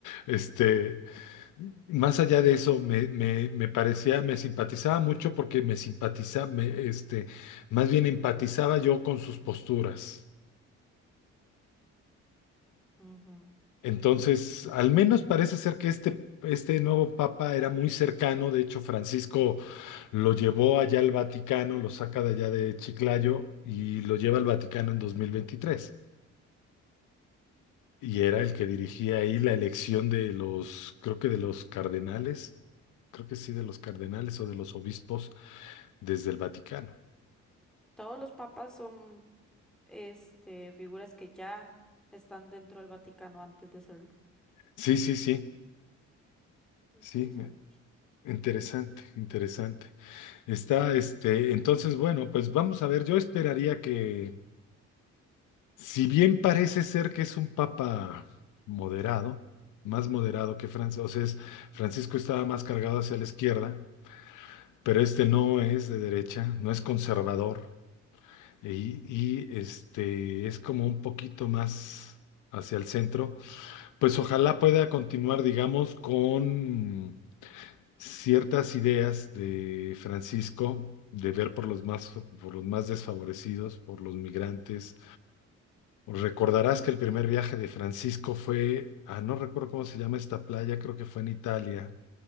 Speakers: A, on the left; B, in the centre.
A: este, más allá de eso, me, me- me parecía, me simpatizaba mucho porque me simpatizaba, me este, más bien empatizaba yo con sus posturas.
B: Ujú.
A: Entonces, al menos parece ser que este, este nuevo papa era muy cercano, de hecho, Francisco lo llevó allá al Vaticano, lo saca de allá de Chiclayo y lo lleva al Vaticano en 2023. y era el que dirigía ahí la elección de los, creo que de los cardenales, creo que sí, de los cardenales o de los obispos desde el Vaticano.
B: Todos los papas son este, figuras que ya están dentro del Vaticano antes de serlo.
A: Sí, sí, sí,
B: Interesante.
A: sí, eh, interesante, interesante. Está, este, entonces, bueno, pues vamos a ver, yo esperaría que, si bien parece ser que es un papa moderado, más moderado que Francisco, o sea, es- Francisco estaba más cargado hacia la izquierda, pero este no es de derecha, no es conservador. y, y, este es como un poquito más hacia el centro, pues ojalá pueda continuar, digamos, con ciertas ideas de Francisco de ver por los más, por los más desfavorecidos, por los migrantes. Recordarás que el primer viaje de Francisco fue a, no recuerdo cómo se llama esta playa, creo que fue en Italia,